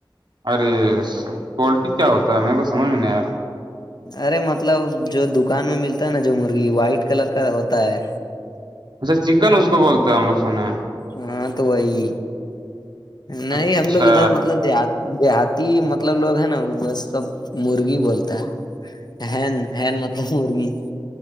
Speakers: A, on the right; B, on the left.
A: ارے سر کوالٹی کیا ہوتا ہے میرے کو سمجھ میں نہیں آیا
B: ارے مطلب جو دکان میں ملتا ہے نا جو مرغی وائٹ کلر کا ہوتا ہے
A: اچھا چکن اس کو بولتا ہے ہم لوگ سنے ہیں
B: ہاں تو وہی نہیں
A: اچھا
B: ہم لوگ ادھر مطلب دیہ دیہاتی مطلب لوگ ہے نا بس سب مرغی بولتا ہے ہین ہین مط مرغی